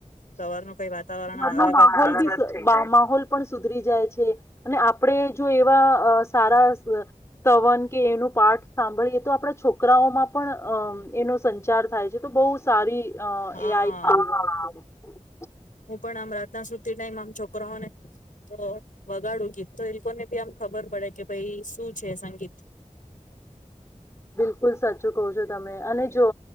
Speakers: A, on the left; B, on the left.
A: સવારનું કઈ વાતાવરણ
B: ઘરનો
A: અલગ
B: માહોલ
A: જ થઈ
B: બી
A: જાય
B: સ માહોલ પણ સુધરી જાય છે અને આપડે જો એવા અ સારા સવન કે એનું પાઠ સાંભળીએ તો આપણા છોકરાઓમાં પણ અ એનો સંચાર થાય છે તો બહુ સારી હ
A: હા
B: એ આ એક <unintelligible>
A: હું પણ આમ રાતના સુતી ટાઈ મ આમ છોકરાઓને તો વગાડવું ગીત તો એ લોકોને ભી આમ ખબર પડે કે ભાઈ શું છે સંગીત.
B: બિલકુલ સાચું કહ છો તમે, અને જો